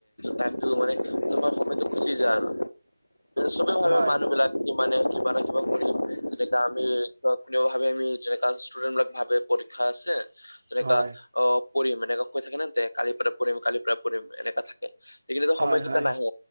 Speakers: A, on the left; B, on the right.
A: টাইমতটো মানে তোমাৰ সময়তো গুচি যায় আৰু সবে ভাবে
B: হয়
A: মানুহ বিলাক কিমানে কিমানে কৰিম তেতিযটো আমি কোনে ভাবে আমি যেনেকা ষ্টুডেটবিলাক ভাবে পৰীক্ষা আছে যেনেকা
B: হয়
A: অ, পঢ়িম এনেকুৱা কৈ থাকে নহ তে কালিৰ পৰা পঢ়িম, কালিৰ পৰা পঢ়িম এনেকুৱ থাকে। সেইখিনিত
B: হয়
A: সময়
B: হয়
A: নাহে